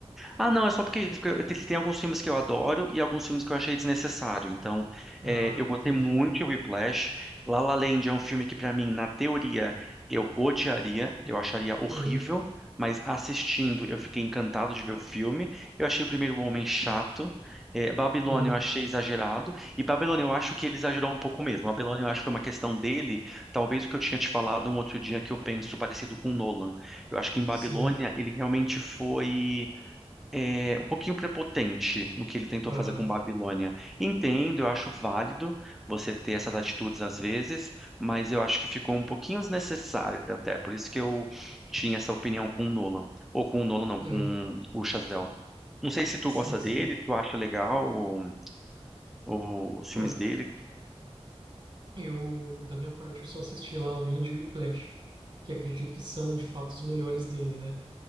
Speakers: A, in the centre; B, on the right.
A: Ah, não, é só porque, é isso. porque eu- tem tem alguns filmes que eu adoro e alguns filmes que eu achei desnecessário. Então,
B: Ah,
A: é, eu
B: entendi.
A: gostei muito de Whiplash. La La Land é um filme que, pra mim, na teoria, eu odiaria, eu acharia horrível,
B: Uhum,
A: mas assistindo eu fiquei encantado de ver o filme. Eu achei o primeiro Homem chato. É, Babilônia
B: uhum,
A: eu achei exagerado. E Babilônia eu acho que ele exagerou um pouco mesmo. Babilônia eu acho que foi uma questão dele. Talvez o que eu tinha te falado um outro dia que eu penso parecido com Nolan. Eu acho que em
B: sim,
A: Babilônia ele realmente foi é, um pouquinho prepotente no que ele tentou
B: aham,
A: fazer com Babilônia. Entendo, eu acho válido você ter essas atitudes às vezes, mas eu acho que ficou um pouquinho desnecessário até. Por isso que eu tinha essa opinião com o Nolan. Ou com o Nolan, não,
B: uhum,
A: com o Chazelle. Não sei se tu
B: sim,
A: gosta
B: sim.
A: dele, se tu acha legal ou, ou os filmes
B: Olha,
A: dele.
B: eu, da minha parte, eu só assisti La La Land e Whiplash, que acredito que são, de fato, os melhores dele, né?